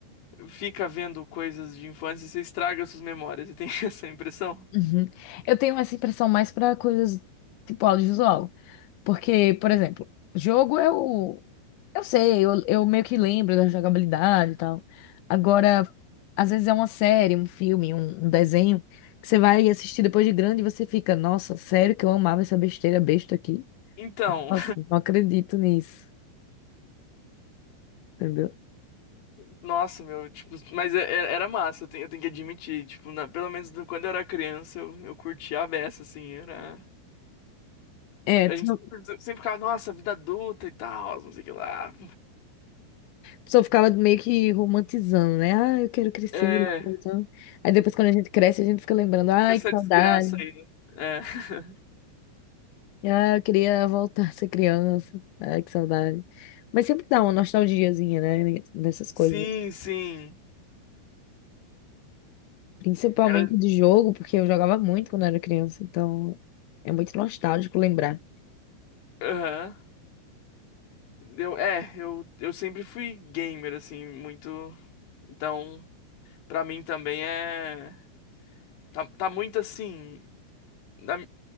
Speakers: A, on the left; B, on the left.
A: fica vendo coisas de infância, você estraga suas memórias. Você tem <laughs> essa impressão?
B: uhum. Eu tenho essa impressão mais para coisas tipo audiovisual. Porque, por exemplo, jogo eu, eu sei, eu, eu meio que lembro da jogabilidade e tal. Agora, às vezes é uma série, um filme, um, um desenho, que você vai assistir depois de grande e você fica, nossa, sério que eu amava essa besteira besta aqui.
A: Então,
B: Nossa, não acredito nisso, entendeu?
A: <laughs> nossa, meu, tipo, mas é- é- era massa, eu tenho, eu tenho que admitir, tipo, na- pelo menos do- quando eu era criança, eu, eu curtia a beça, assim, era.
B: É,
A: A
B: tinha...
A: gente
B: a
A: sempre sempre ficava, nossa, vida adulta e tal, não sei o que lá.
B: pessoa ficava meio que romantizando, né? Ah, eu quero crescer.
A: É,
B: então Aí depois, quando a gente cresce, a gente fica lembrando, ai,
A: com essa
B: que saudade.
A: desgraça aí, né? É. <laughs>
B: Ah, eu queria voltar a ser criança. Ai, que saudade. Mas sempre dá uma nostalgiazinha, né? Dessas coisas.
A: Sim, sim.
B: Principalmente
A: Era.
B: de jogo, porque eu jogava muito quando era criança, então é muito nostálgico lembrar.
A: Aham. Eu, é, eu, eu sempre fui gamer, assim, muito. Então, pra mim também é. Tá, tá muito assim. na-